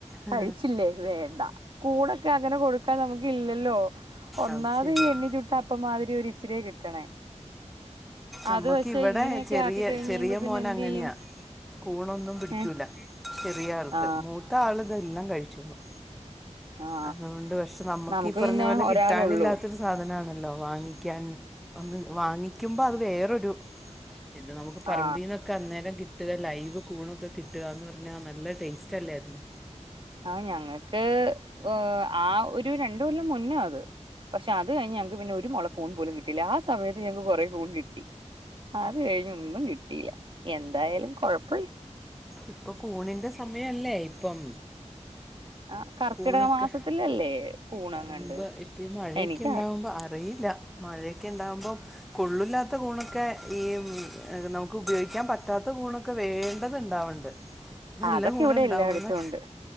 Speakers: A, in the centre; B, on the right.
A: ആ,
B: കഴിച്ചില്ലേ വേണ്ട കൂണോക്കെ അങ്ങനെ കൊടുക്കാൻ നമ്മക്ക് ഇല്ലല്ലോ. ഒന്നാമത്
A: അത് ശരിയാ
B: ഈ എണ്ണ ചുട്ട അപ്പമാതിരി ഒര് ഇച്ചിരിയ കിട്ടണേ അത്
A: നമുക്ക്
B: പഷേ
A: ഇവിടെ
B: ഇങ്ങനെയൊക്കെ
A: ചെറിയ
B: ആക്കി കഴിഞ്ഞ്
A: ചെറിയ
B: കഴിയുമ്പോ. പിന്നെ
A: മോൻ
B: എന്ത്
A: അങ്ങനെയാ
B: ചെയ്യും
A: കൂണോന്നും പിടിക്കൂല
B: ഏ
A: ചെറിയാൾക്ക്
B: ആ
A: മൂ ത്താള്തെല്ലാം കഴിച്ചോളും.
B: ആ
A: അതോണ്ട് പഷേ നമ്മക്ക്
B: നമുക്ക്
A: ഈ പറഞ്ഞ
B: പിന്നെ
A: പോലെ കിട്ടാനില്ലാത്തൊരു
B: ഒരാളുള്ളൂ
A: സാധനണല്ലോ വാങ്ങിക്കാൻ ഒന്ന് വാങ്ങിക്കുമ്പോ അത് വേറൊരു ഇത് നമുക്ക് പറമ്പീന്ന്
B: ആ
A: ക്കന്നെരം കിട്ടുക ലൈവ് കൂണൊക്കെ കിട്ടുകാന്ന് പറഞ്ഞാൽ നല്ല ടേസ്റ്റ് അല്ലേ അതിന്.
B: ആഹ് ഞങ്ങക്ക് ഏഹ് ആഹ് ഒര് രണ്ടു കൊല്ലം മുന്നാ അത്. പക്ഷേ അത് കഴിഞ്ഞ് ഞങ്ങക്ക് പിന്നെ ഒരു മൊള കൂൺ പോലും കിട്ടില്ല. ആ സമയത്ത് ഞങ്ങക്ക് കൊറെ കൂൺ കിട്ടി. അത് കഴിഞ്ഞ് ഒന്നും കിട്ടില്യ എന്തായാലും കൊഴപ്പല്യാ
A: ഇപ്പൊ കൂണിന്റെ സമയംല്ലേ ഇപ്പം.
B: ആ കർക്കിടക
A: കൂണൊക്കെ
B: മാസത്തിലല്ലേ കൂണങ്ങണ്ട്
A: പറമ്പ് ഇപ്പിമഴയൊക്കെ
B: എനിക്കാ
A: ഇണ്ടാവുമ്പോ അറിയില്ല. മഴേക്കേ ഇണ്ടാവുമ്പോ. കൊള്ളില്ലാത്ത കൂണൊക്കെ, ഈ നമുക്ക് ഉപയോഗിക്കാൻ പറ്റാത്ത കൂണൊക്കെ വേണ്ടത് ഇണ്ടാവ്ണ്ട്. നല്ല
B: അതൊക്കെ
A: കൂണ്
B: ഇവിടെ
A: ഉണ്ടാവൂന്നാ
B: എല്ലായിടത്തും ഉണ്ട്